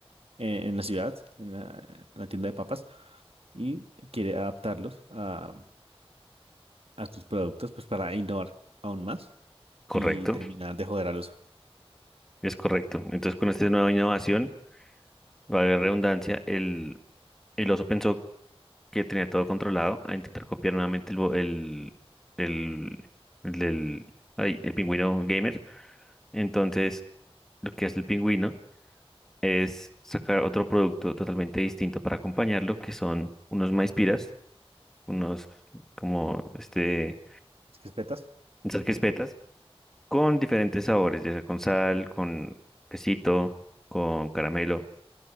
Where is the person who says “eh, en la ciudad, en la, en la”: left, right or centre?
Right